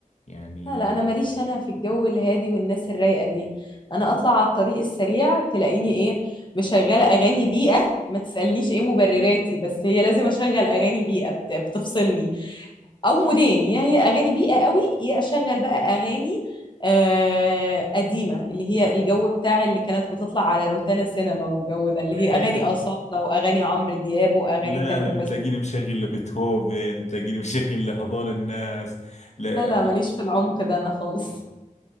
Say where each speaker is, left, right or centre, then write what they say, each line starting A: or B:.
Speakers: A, on the left; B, on the left.
A: يعني
B: لا لا انا ماليش انا في الجو الهادي والناس الرايقه دي انا اطلع على الطريق السريع تلاقيني ايه مشغله اغاني بيئه ما تسالنيش ايه مبرراتي بس هي لازم اشغل اغاني بيئه بت- بتفصلني او مودين يا هي اغاني بيئه قوي يا اشغل بقى اغاني آه قديمه اللي
A: ل-
B: هي الجو بتاع اللي كانت بتطلع على روتانا سينما والجو ده اللي هي
A: حلو
B: اغاني اصاله واغاني عمرو دياب واغاني
A: لا
B: تامر
A: انا بتلاقيني
B: حسني
A: مشغل لبيتهوفن تلاقيني مشغل لهذول الناس لا
B: لا لا ماليش في العمق ده انا خالص